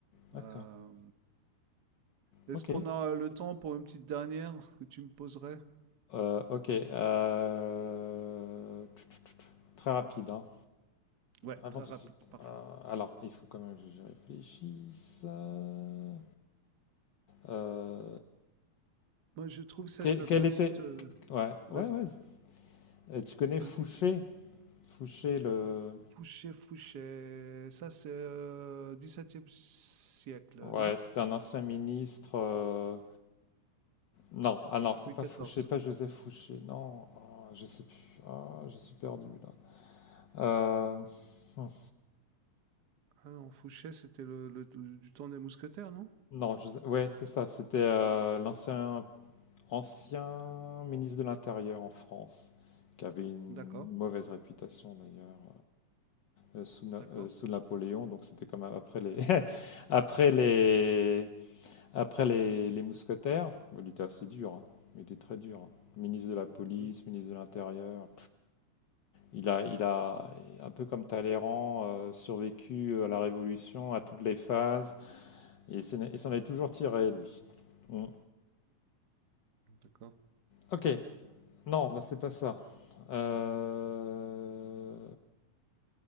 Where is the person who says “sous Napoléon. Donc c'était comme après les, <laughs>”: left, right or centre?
Left